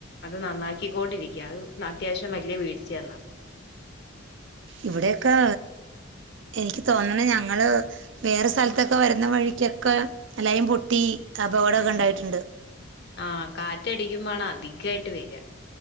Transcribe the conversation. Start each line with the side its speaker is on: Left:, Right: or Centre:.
Left: അത് നന്നാക്കിക്കൊണ്ടിരിക്യ അത് അത്യാവശ്യം വല്യ വീഴ്ച്യാന്ന് പർഞ്
Right: ഇവടെയൊക്കെ എനിക്ക് തോന്ന്ണ് ഞങ്ങള് വേറെ സ്ഥലത്തൊക്കെ
Left: ഉം
Right: വരുന്ന വഴിക്കൊക്കെ ലൈൻ പൊട്ടി അപകടൊക്കെണ്ടായിട്ട്ണ്ട്
Left: ആഹ് ആഹ് കാറ്റടിക്കുമ്മാണ് അധികായിട്ട് വെര